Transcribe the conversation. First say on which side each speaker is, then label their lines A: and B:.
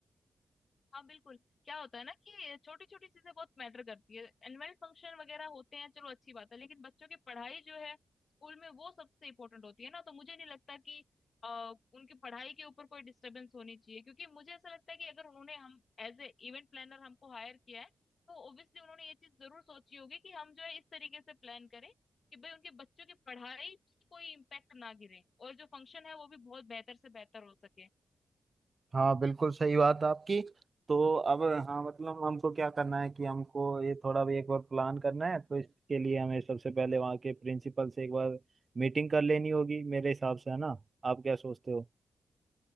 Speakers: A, on the left; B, on the right.
A: हाँ बिल्कुल क्या होता है ना कि छोटी छोटी चीजें बहुत मैटर करती है एनुअल फंक्शन वगैरह होते हैं चलो अच्छी बात है लेकिन बच्चों की पढ़ाई जो है स्कूल में वो सबसे इम्पोर्टेंट होती है ना तो मुझे नहीं लगता कि आ, उनकी पढ़ाई के ऊपर कोई डिस्टरबेंस होनी चाहिए क्योंकि मुझे ऐसा लगता है कि अगर उन्होंने हम एज ए इवेंट प्लानर हमको हायर किया है तो ऑब्वियसली उन्होंने ये चीज जरूर सोची होगी कि हम जो है इस तरीके से प्लान करें कि भाई उनके बच्चों की पढ़ाई पे कोई इम्पैक्ट ना गिरे और जो फंक्शन है वो भी बहुत बेहतर से बेहतर हो सके
B: हाँ बिल्कुल सही बात है आपकी तो अब हाँ मतलब हमको क्या करना है कि हमको ये थोड़ा भी एक बार प्लान करना है तो इसके लिए हमें सबसे पहले वहाँ के प्रिंसिपल से एक बार मीटिंग कर लेनी होगी मेरे हिसाब से है ना आप क्या सोचते हो